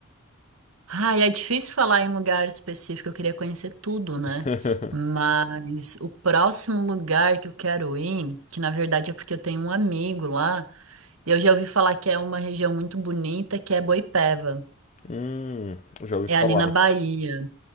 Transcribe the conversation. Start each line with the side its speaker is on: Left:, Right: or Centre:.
Right: Ai, é difícil falar em lugar específico, eu queria conhecer tudo, né?
Left: <laughs>
Right: Mas o próximo lugar que eu quero ir, que na verdade é porque eu tenho um amigo lá, e eu já ouvi falar que é uma região muito bonita, que é Boipeva.
Left: Hum, já ouvi
Right: É
Left: falar.
Right: ali na Bahia.